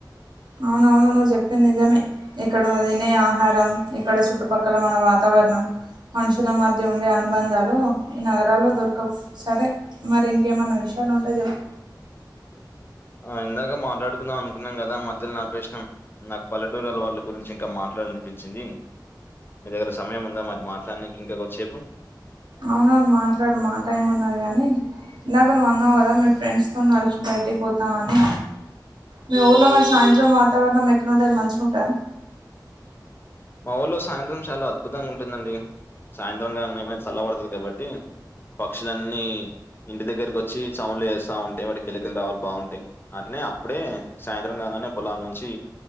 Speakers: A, on the right; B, on the left.
A: అవును అవును నువు చెప్పింది నిజమే ఇక్కడ తినే ఆహారం ఇక్కడ చుట్టుపక్కల మన వాతావరణం మనుషుల మధ్య ఉండే అనుబంధాలు ఈ నగరాల్లో దొరకవు సరే మరి ఇంకేమన్నా విషయం లా ఉంటే చెప్పు
B: ఆ ఇందాక మాట్లాడుకుందాం అనుకున్నాం కదా మధ్యలో నాపేసినం నాకు పల్లెటూరుల వాళ్ళ గురించి ఇంకా మాట్ నిపించింది మీ దగ్గర సమయం ఉందా మరి మాట్లానికి ఇంకా కొద్దిసేపు
A: అవునవును మాట్లాడు మాటైమ్ ఉన్నది కాని ఇందాక నువ్వు అన్నావు కదా మీరు ఫ్రెండ్స్తో కలిసి బయటకి పోతాం అని మీ ఊర్లో మరి సాయంత్రం వాతావరణం ఎట్లా ఉంటది మంచిగుంటద
B: మా ఊళ్ళలో సాయంత్రం చాలా అద్భుతంగా ఉంటుందండి సాయంత్రంకంగానెమచల్ల పడుతది కాబట్టి పక్షులన్నీ ఇంటి దగ్గరకి వచ్చి సౌండ్లు చేస్తా ఉంటాయి వాటి కిలకిల రావాలు బాగుంటాయి అట్ల అప్పుడే సాయంత్రం కాంగానే పొలాల నుంచి